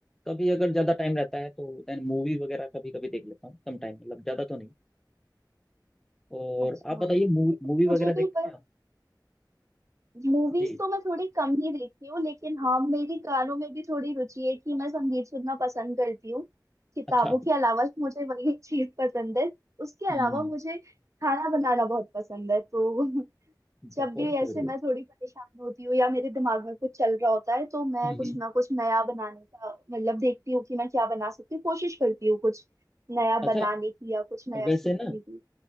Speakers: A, in the centre; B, on the right.
A: कभी अगर ज्यादा टाइम रहता है तो देन मूवी वगैरह कभी कभी देख लेता हूँ कम टाइम मतलब ज्यादा तो नहीं और
B: अच्छा
A: आप बताइए मूवी
B: मुझे
A: वगैरह देखते
B: भी पर
A: हैं आप
B: मूवीज
A: जी
B: तो मैं थोड़ी कम ही देखती हूँ लेकिन हाँ मेरी गानों में भी थोड़ी रुचि है कि मैं संगीत सुनना पसंद करती हूँ किताबों
A: अच्छा
B: के अलावा <laughs> मुझे वही एक चीज पसंद है उसके
A: हम्म
B: अलावा मुझे खाना बनाना बहुत पसंद है तो <laughs> जब
A: बहुत
B: भी
A: बढ़िया
B: ऐसे मैं थोड़ी परेशान होती हूँ या मेरे दिमाग में कुछ चल रहा होता है तो मैं
A: हम्म
B: कुछ ना कुछ नया बनाने का मतलब देखती हूँ कि मैं क्या बना सकती हूँ कोशिश करती हूँ कुछ नया
A: अच्छा
B: बनाने की या कुछ नया
A: वैसे
B: सीखने
A: ना
B: की